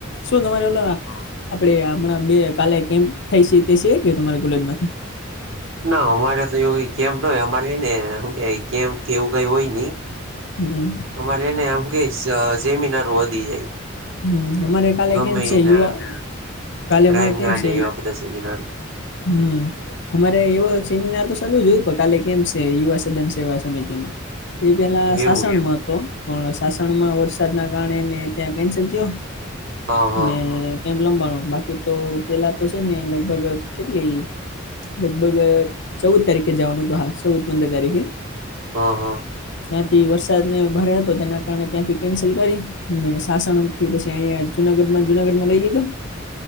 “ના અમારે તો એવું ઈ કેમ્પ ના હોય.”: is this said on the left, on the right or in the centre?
Right